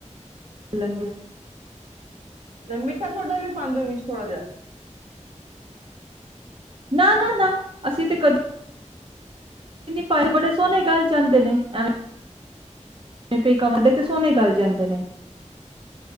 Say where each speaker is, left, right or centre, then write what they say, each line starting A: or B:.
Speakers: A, on the right (about 45°); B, on the right (about 85°).
A: ਲਹਿਗੇ
B: ਤੇ ਮਿੱਠਾ ਸੋਡਾ ਵੀ ਪਾਉਂਦੇ ਹੋ ਵੀ ਥੋੜਾ ਜਹਾ
A: ਨਾ, ਨਾ, ਨਾ ਅਸੀਂ ਤੇ ਕਦੇ ਪਰ ਬੜੇ ਸੋਹਣੇ ਗੱਲ ਜਾਂਦੇ ਨੇ ਐਵੇਂ ਮ ਕਮਡ <unintelligible> ਸੋਹਣੇ ਗੱਲ ਜਾਂਦੇ ਨੇ